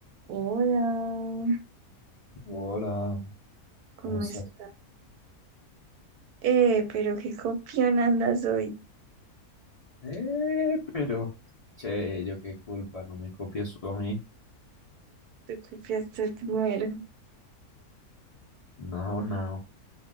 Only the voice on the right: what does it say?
Hola,
¿cómo
estás? Eh, pero qué copión andas hoy.
Tú copiaste primero.